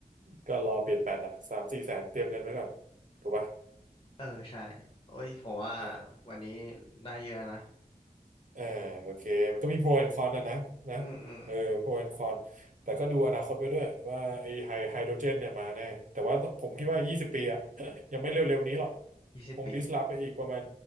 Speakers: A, on the right; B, on the left.
A: ก็รอเปลี่ยนแบตอะสามสี่แสนเตรียมเงินไว้ก่อนถูกป่ะ
B: เออใช่ โอ้ยผมว่า
A: อ่า
B: วันนี้ได้เยอะนะ
A: อ่าโอเคมันก็มีโปรแอนคอนนะนะนะเออโปรแอนคอนแต่ก็ดูอนาคตไว้ด้วยว่าไอ้ไฮไฮโดรเจนเนี่ยมาแน่แต่ว่าผมคิดว่า20ปีอะ
B: อืมอืม
A: <laughs> ยังไม่เร็วๆนี้หรอก
B: ยี่สิบปี
A: คงดิสลอฟไปอีกประมาณ